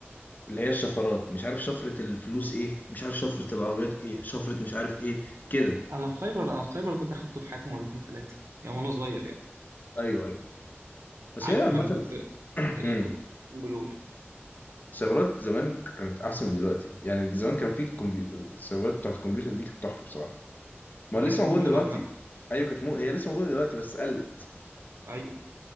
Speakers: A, on the left; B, on the right.
A: اللي هي الشفرات مش عارف شفرة الفلوس ايه مش عارف شفرة العربيات ايه شفرة مش عارف ايه كده
B: انا السايبر انا السايبر ده دخلته في حياتي مرتين ثلاثة يعني وانا صغير يعني
A: ايوه ايوه بس
B: عارف
A: هي عامة
B: انا اللي كنت اللي
A: مم.
B: كنت قول
A: السيارات زمان كانت احسن من دلوقتي يعني زمان كان في كمبيوتر السيارات بتاعت الكمبيوتر دي كانت تحفة بصراحة ما
B: وكانت
A: هو لسه موجودة
B: موضة
A: دلوقتي
B: عامة
A: ايوه كانت مو... هي لسه موجودة دلوقتي بس قلت
B: ايوه